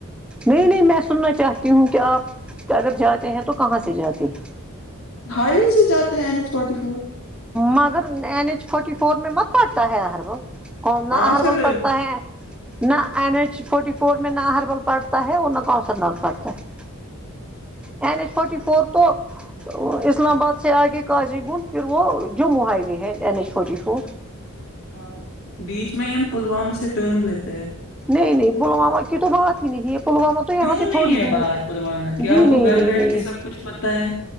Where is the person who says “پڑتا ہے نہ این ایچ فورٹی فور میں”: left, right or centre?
Centre